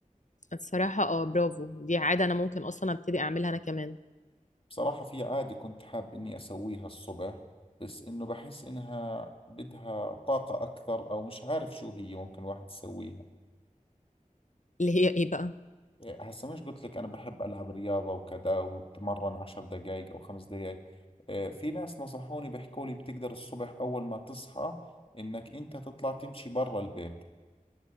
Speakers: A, on the left; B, on the left.
A: الصراحة اه برافو دي عادة أنا ممكن أصلا أبتدي أعملها أنا كمان
B: بصراحة في عادة كنت حاب إني أسويها الصبح بس إنه بحس إنها بدها طاقة أكثر أو مش عارف شو هي ممكن الواحد يسويها
A: اللي هي إيه بقى؟
B: إيه، هسا مش قلت لك أنا بحب ألعب رياضة وكذا وبتمرن عشر دقايق أو خمس دقايق إيه، في ناس نصحوني بيحكوا لي بتقدر الصبح أول ما تصحى إنك أنت تطلع تمشي برا البيت